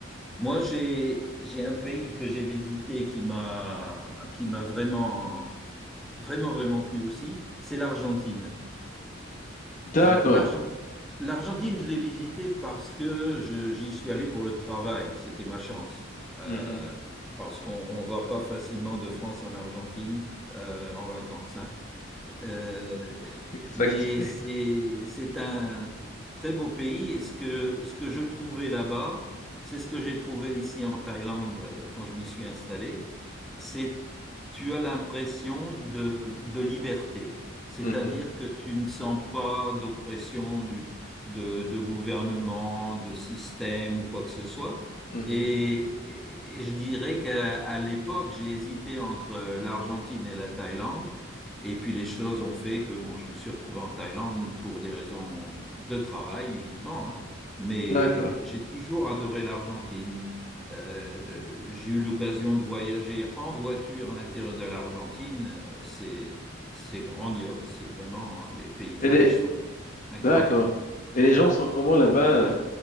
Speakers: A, in the centre; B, on the left.
A: Moi, j'ai, j'ai un pays que j'ai visité qui m'a, qui m'a vraiment vraiment, vraiment plu aussi, c'est l'Argentine.
B: D'accord.
A: Alors, l'Argen- l'Argentine, je l'ai visitée parce que je- j'y suis allé pour le travail. C'était ma chance. Euh,
B: Mhm.
A: parce qu'on ne va pas facilement de France en Argentine euh, en vacances. hein. Euh, <laughs>
B: Exact.
A: mais
B: <laughs>
A: c'est c'est un très beau pays et ce que, ce que je trouvais là-bas, c'est ce que j'ai trouvé ici en Thaïlande euh, quand je m'y suis installé, c'est tu as l'impression de, de liberté, c'est-à-dire
B: Mhm.
A: que tu ne sens pas d'oppression du, de, de gouvernement, de système ou quoi que ce soit.
B: Mhm.
A: Et, et- et je dirais qu'à à l'époque, j'ai hésité entre euh, l'Argentine et la Thaïlande. Et puis les choses ont fait que bon, je me suis retrouvé en Thaïlande pour des raisons de travail uniquement, hein. mais
B: D'accord.
A: j'ai toujours adoré l'Argentine. Euh, j'ai eu l'occasion de voyager en voiture à l'intérieur de l'Argentine. Euh, c'est c'est grandiose. C'est vraiment, hein, les paysages
B: Elle est,
A: sont incroyables.
B: D'accord. Et les gens sont comment là-bas?